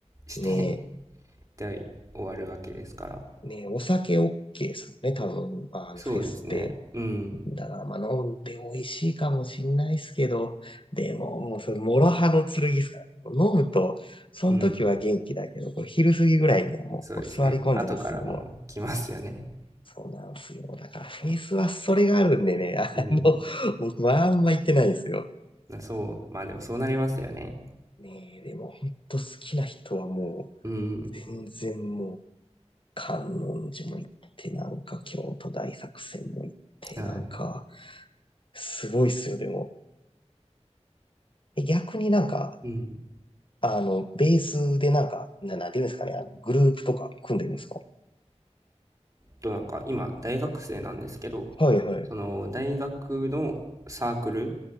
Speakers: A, on the right (about 30°); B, on the left (about 45°).
A: して、
B: う。ね
A: <laughs> で、終わるわけですから。
B: え、ねえ、お酒 OK ですもんね、多分、あの、
A: そうですね。
B: フェスって。
A: うん。
B: だから、まあ、飲んで美味しいかもしんないっすけど、でも、もう、それ、諸刃の剣ですからね。こう飲むと、その時は元気だけど、
A: うん。
B: こう昼過ぎぐらいにはもう、
A: そうですね。
B: こう座り込んじゃうっすよ、
A: 後からもう来ますよね。
B: もう。そうなんですよ。だからフェイスはそれがあるんでね、<laughs> あの、
A: うん。
B: 僕はあんま行ってないんですよ。
A: まあそう。まあでもそうなりますよね。
B: ねえ、でも本当好きな人はも
A: うん。
B: う、全然もう、観音寺も行って、なんか京都大作戦も行って、
A: はい。
B: なんか、すごいっすよ、でも。え逆になんか、
A: うん。
B: あの、ベースでなんか、な、なんていうんですかね、あの、グループとか組んでるんですか
A: と、なんか今、大学生なんですけど、
B: はいはい。
A: その、大学のサークル